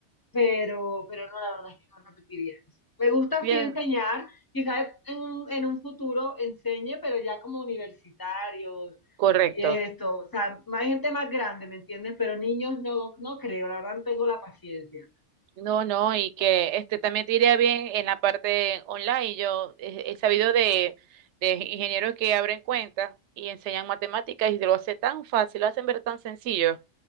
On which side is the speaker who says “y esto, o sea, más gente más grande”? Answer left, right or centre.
Left